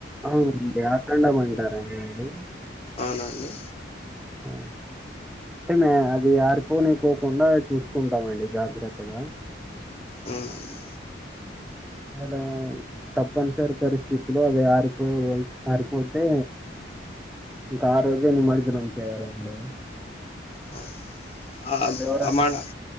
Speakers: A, in the centre; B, on the left.
A: ఆవును బ్యాకందము అంటార అండి అదీ
B: అవునా అండి
A: ఆ అంటే అది ఆరిపోనీ కుండా చూసుకుంటామండి జాగ్రత్తగా
B: అవునా అండి
A: అలా తప్పనిసరి పరిస్థితులు అది ఆరిపో ఆరిపోతే ఇంకా ఆ రోజే నిమజ్జనం చేయాలండి
B: ఆ! ఆహ్,
A: అండేవార
B: ఆ మడ